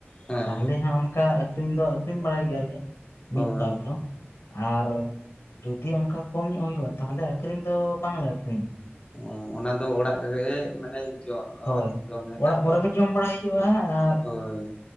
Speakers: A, on the left (about 25°); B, on the left (about 80°).
A: ᱦᱮᱸ
B: ᱛᱟᱦᱚᱞᱮ ᱦᱟᱸᱜ ᱚᱱᱠᱟ ᱟᱹᱠᱷᱨᱤᱧ ᱫᱚ ᱟᱹᱠᱷᱨᱤᱧ ᱵᱟᱲᱟᱭ ᱜᱮᱭᱟᱞᱮ᱾
A: ᱦᱳᱭ
B: ᱢᱤᱫ ᱵᱟᱨ ᱫᱷᱚᱢ ᱟᱨ ᱡᱩᱫᱤ ᱚᱱᱠᱟ ᱠᱚᱢ ᱧᱚᱜ ᱦᱩᱭᱩᱜᱼᱟ ᱛᱟᱦᱚᱞᱮ ᱟᱹᱠᱷᱨᱤᱧ ᱫᱚ ᱵᱟᱝ ᱞᱮ ᱟᱹᱠᱷᱨᱤᱧᱟ᱾
A: ᱚᱸ ᱚᱱᱟ ᱫᱚ ᱚᱲᱟᱜ ᱨᱮ ᱢᱟᱱᱮ ᱡᱚ
B: ᱦᱚᱭ
A: ᱡᱚᱢ ᱞᱮᱠᱟ
B: ᱚᱲᱟᱜ
A: ᱯᱮ
B: ᱠᱚᱨᱮ ᱜᱮ ᱡᱚᱢ ᱵᱟᱲᱟᱭ ᱦᱩᱭᱩᱜᱼᱟ ᱟᱨ
A: ᱦᱳᱭ